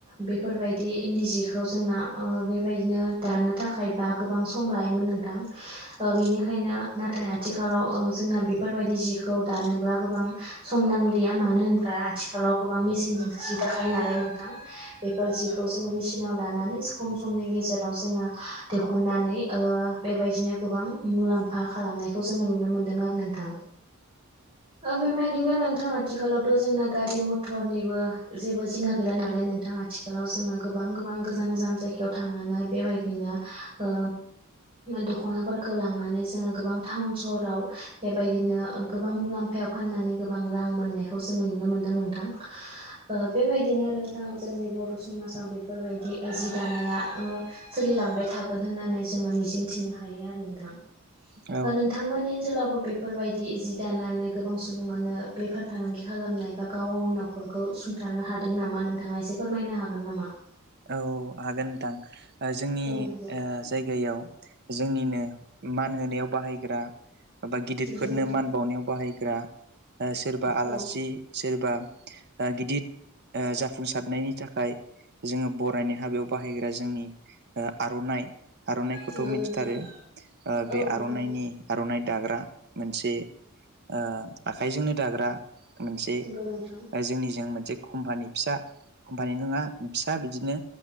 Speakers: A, on the right (about 25°); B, on the right (about 50°).
A: बेफोरबायदि इन्दि जि खौ जोंना ओ बेबायदिनो दानो थाखायबा गोबां सम लायोमोन नोंथां ओ बेनिखायनो नाथाय आथिखालाव ओ जोंना बेफोरबायदि जिखौ दानोब्ला गोबां सम नां गैया मानो होनब्ला आथिखालाव गोबां मेसिनजोंसो जि दाखायो नालाय नोंथां बेफोर जिखौ जोङो मेसिनाव दानानै खम समनि गेजेराव जोङो दिहुननानै ओ बेबायदिनो गोबां मुलाम्फा खालामनायखौ जोङो नुनो मोन्दों आरो नोंथां ओ बेबायदिनो नोंथांङा आथिखालावथ जोंना गारि मथरनिबो जेबो जिंगा गैला नालाय नोंथां आथिखालाव जोङो गोबां गोबां गोजान गोजान जायगायाव थांनानै बेबायदिनो ओ दखनाफोरखौ लांनानै जोङो गोबां टाउन सहराव बेबायदिनो गोबां मुलाम्फायाव फाननानै गोबां रां मोननायखौ जोंङो नुनो मोनदों नोंथां ओ बेबायदि बिदिनो नोंथां जोंनि बर समाजाव बेफोरबायदि जि दानाया ओ सोलिलांबाय थागोन होननानै जोङो मिजिंथिनो हायो आरो नोंथां
B: औ
A: नोंथांमोननि ओनसोलावबो बेफोरबायदि जि दानानै गोबां सुबुङानो बेफार फालांगि खालामनाय बा गाव गावनि नखरखौ सुंथानो हादों नामा नोंथाङा एसे फोरमायनो हागोन नामा
B: औ हागोन नोंथां ओ जोंनि
A: औ नंगौ
B: ओ जायगायाव जोंनिनो मान होनायाव बाहायग्रा बा गिदिरफोरनो
A: नंगौ नोंथां
B: मान बावनायाव बाहायग्रा ओ सोरबा आलासि
A: औ
B: सोरबा ओ गिदिर ओ जाफुंसारनायनि थाखाय जोङो बरायनाय हाबायाव बाहायग्रा जोंनि ओ आर'नाइ आर'नाइखौथ'
A: नंगौ
B: मिथिथारो
A: नोंथां औ
B: बे
A: नंगौ
B: आर'नाइनि
A: नोंथां
B: आर'नाइ दाग्रा मोनसे ओ आखाइजोंनो दाग्रा मोनसे
A: नंगौ नोंथां
B: जोंनिजों मोनसे कम्पानि फिसा कम्पानि नङा फिसा बिदिनो